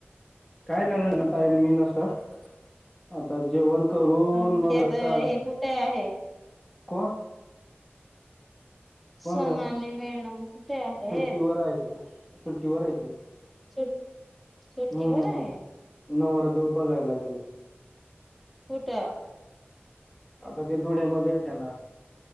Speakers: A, on the left; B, in the centre.
A: काय न <unintelligible> ताई मी असं आता जेवण करून
B: आणि
A: मग
B: त्यात
A: अच्छा
B: हे कुठे आहे
A: कोण? कोण
B: सोनाली
A: ग?
B: मॅडम कुठे आहेत
A: सुट्टीवराय सुट्टीवरय ते
B: सुट सुट्टीवराय?
A: हम्म नवरदेव बघायला गेले.
B: कुठं?
A: आता ते धुळ्यामध्येे येत्याल ना.